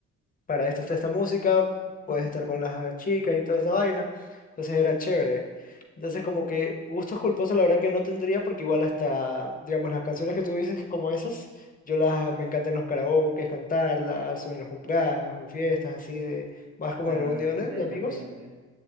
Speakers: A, on the left (about 30°); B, on the right (about 85°).
A: para esto está esta música, puedes
B: <laughs>
A: estar con las chicas y toda esa vaina. Entonces era chévere. Entonces como que gustos culposos la verdad que no tendría porque igual hasta, digamos, las canciones que tú dices como esas, yo las, me encantan en los karaokes, cantarlas, o en los cumpleaños, en fiestas así de, más como
B: claro,
A: en reuniones
B: depende
A: de
B: del
A: amigos.
B: ambiente.